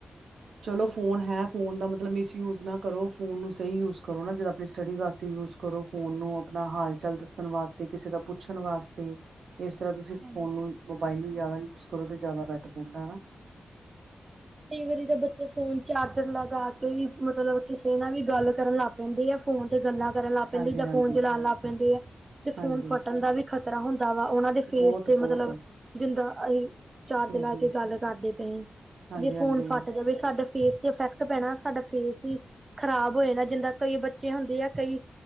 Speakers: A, on the right; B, on the right.
A: ਚਲੋ ਫ਼ੋਨ ਹੈ ਫੋਨ ਦਾ ਮਤਲਬ ਮਿਸਯੂਜ਼ ਨਾ ਕਰੋ ਫੋਨ ਨੂੰ ਸਹੀ ਯੂਜ਼ ਕਰੋ ਨਾ ਜਿੱਦਾਂ ਆਪਣੀ ਸਟੱਡੀ ਵਾਸਤੇ ਯੂਜ਼ ਕਰੋ ਫੋਨ ਨੂੰ ਆਪਣਾ ਹਾਲ ਚਾਲ ਦੱਸਣ ਵਾਸਤੇ ਕਿਸੇ ਦਾ ਪੁੱਛਣ ਵਾਸਤੇ ਇਸ ਤਰ੍ਹਾਂ ਤੁਸੀਂ
B: ਹਾਂਜੀ
A: ਫੋਨ ਨੂੰ ਮੋਬਾਈਲ ਨੂੰ ਜ਼ਿਆਦਾ ਯੂਜ ਕਰੋ ਤਾਂ ਜ਼ਿਆਦਾ ਬੈਟਰ ਰਹਿੰਦਾ ਹੈ ਨਾ‌
B: ਕਈ ਵਾਰੀ ਤਾਂ ਬੱਚੇ ਫੋਨ ਚਾਰਜਰ ਲਗਾ ਕੇ ਵੀ ਮਤਲਬ ਕਿਸੇ ਨਾਲ ਵੀ ਗੱਲ ਕਰਨ ਲੱਗ ਪੈਂਦੇ ਆ। ਫੋਨ ਤੇ ਗੱਲਾਂ ਕਰਨ ਲੱਗ ਪੈਂਦੇ
A: ਹਾਂਜੀ
B: ਜਾਂ
A: ਹਾਂਜੀ
B: ਫੋਨ ਚਲਾਉਣ ਲੱਗ ਪੈਂਦੇ ਆ ਤੇ
A: ਹਾਂਜੀ
B: ਫੋਨ ਫਟਣ ਦਾ ਵੀ ਖ਼ਤਰਾ ਹੁੰਦ ਵਾ ਉਹਨਾਂ ਦੇ ਫੇਸ
A: ਬਹੁਤ
B: ਤੇ
A: ਬਹੁਤ
B: ਮਤਲਬ ਜਿੱਦਾ ਅਸੀਂ ਚਾਰਜ
A: ਹੂੰ
B: ਲਾ
A: ਹੂੰ
B: ਕੇ ਗੱਲ ਕਰਦੇ ਪਏ।
A: ਹਾਂਜੀ
B: ਜੇ
A: ਹਾਂਜੀ
B: ਫੋਨ ਫਟ ਜਾਵੇ ਸਾਡੇ ਫੇਸ ਤੇ ਇਫੈਕਟ ਪੈਣਾ ਸਾਡਾ ਫੇਸ ਹੀ ਖ਼ਰਾਬ ਹੋ ਜਾਣਾ ਜਿੱਦਾਂ ਕਈ ਬੱਚੇ ਹੁੰਦੇ ਆ ਕਈ